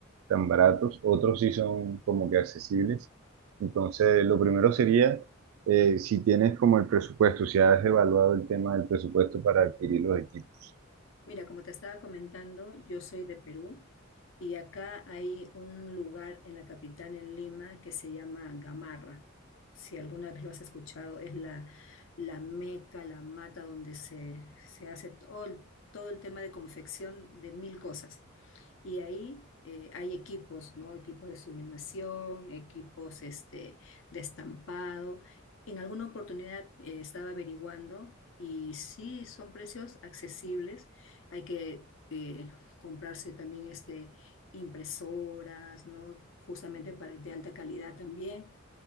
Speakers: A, on the right; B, on the left.
A: tan baratos, otros sí son como que accesibles. Entonces, lo primero sería, eh, si tienes como el presupuesto, si has evaluado el tema del presupuesto para adquirir los equipos.
B: Mira, como te estaba comentando, yo soy de Perú y acá hay un lugar en la capital, en Lima, que se llama Gamarra. Si alguna vez lo has escuchado, es la, la meca, la mata donde se, se hace todo el, todo el tema de confección de mil cosas. Y ahí eh, hay equipos, ¿no? Equipos de sublimación, equipos este, de estampado. En alguna oportunidad eh, estaba averiguando y sí, son precios accesibles. Hay que eh, comprarse también este, impresoras, ¿no? Justamente para, de alta calidad también.